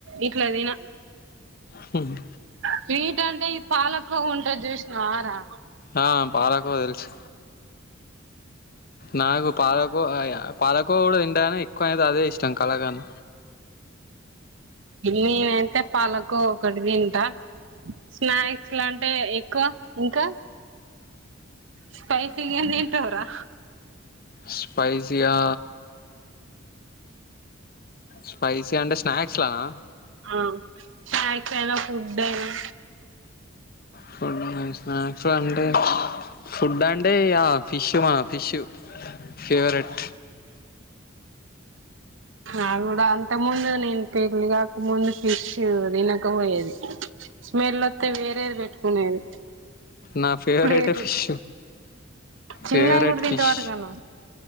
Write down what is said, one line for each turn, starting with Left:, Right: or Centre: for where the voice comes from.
Right: ఇట్ల దిన
Left: హు మ్
Right: స్వీట్ అంటే ఈ పాలకోవ ఉంటది జూషినవారా
Left: ఆ పాలకోవ తెలుసు నాకు పాలకోవ ఇగ పాలకోవ కూడ తింటను ఎక్కువ అయితే అదే ఇష్టం కలకంద
Right: నేనైతే పాలకోవ ఒకటి తింటా స్నాక్స్ లాంటే ఎక్కువ ఇంకా స్పైసిగేమ్ తింటవ్ రా
Left: స్పైసిగా స్పైసీ అంటే స్నాక్స్లనా
Right: ఆ స్నాక్స్ అయిన ఫుడ్ అయిన
Left: ఫుడ్ స్నాక్సు అంతే కదా ఫుడ్ అంటే ఇగ ఆ ఫిష్ మా ఫిష్ ఫేవరెట్
Right: నాకు కూడా అంతే ముందు నేను పెళ్ళికాక ముందు ఫిష్ తినకపోయేది స్మెల్ ఒత్తే వేరేది పెట్టుకునేది
Left: నా ఫేవరెటే
Right: ప్లేట్
Left: ఫిష్
Right: చిన్నయి
Left: ఫేవరెట్
Right: గూడ తింటావంటగా
Left: ఫిష్
Right: నువ్వు